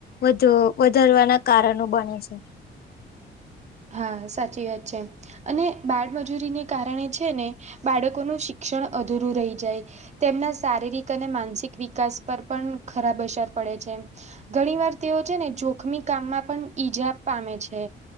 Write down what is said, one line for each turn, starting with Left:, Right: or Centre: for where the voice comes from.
Left: વધ વધારવાના કારનો બને છે.
Right: હા સાચી વાત છે. અને બાળમજૂરીને કારણે છે ને બાળકોનું શિક્ષણ અધૂરું રહી જાય. તેમના શારીરિક અને માનસિક વિકાસ પર પન ખરાબ અસર પડે છે. ઘણી વાર તેઓ છે ને જોખમી કામમાં પન ઈજા પામે છે.